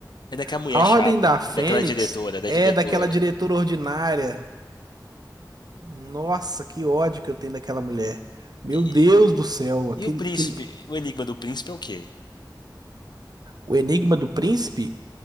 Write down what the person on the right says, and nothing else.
A
Ordem da Fênix
é
daquela diretora ordinária. Nossa, que ódio que eu tenho daquela mulher. Meu
Deus do céu, aquele,
aquele...
O Enigma do Príncipe